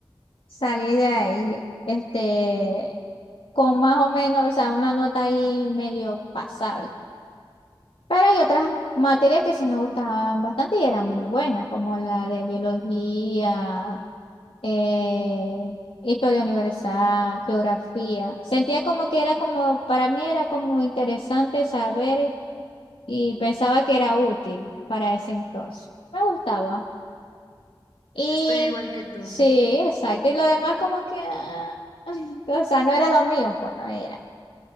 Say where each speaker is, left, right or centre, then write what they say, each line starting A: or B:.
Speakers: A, on the left; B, on the left.
A: Salí de ahí, este, con más o menos, o sea, una nota ahí medio pasable. Pero hay otras materias que sí me gustaban bastante y eran muy buenas, como la de biología, eh, historia universal, geografía. Sentía como que era como, para mí era como interesante saber. y pensaba que era útil para ese entonces. Me gustaba. Y
B: Estoy igual que tú.
A: sí, exacto. Y lo demás como que, ah, <laughs> o sea, no era lo mío, pues no era.